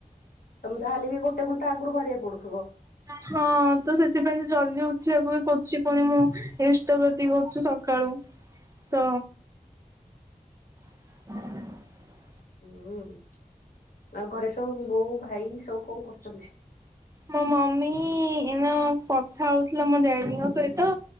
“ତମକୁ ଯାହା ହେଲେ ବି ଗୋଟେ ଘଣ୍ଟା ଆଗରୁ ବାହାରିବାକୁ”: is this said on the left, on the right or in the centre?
Left